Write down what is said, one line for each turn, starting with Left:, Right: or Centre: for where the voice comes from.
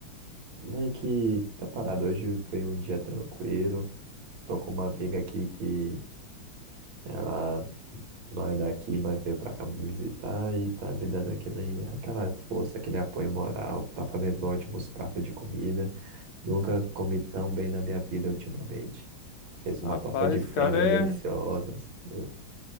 Right: meio que tá parado. Hoje foi um dia tranquilo. Tô com uma amiga aqui que ela Não é daqui, mas veio pra cá me visitar e tá me dando aquele, aquela força, aquele apoio moral, tá fazendo ótimos pratos de comida. Nunca comi tão bem na minha vida ultimamente. Fez uma
Left: Rapaz,
Right: torta de frango
Left: o cara é.
Right: deliciosa. assim. O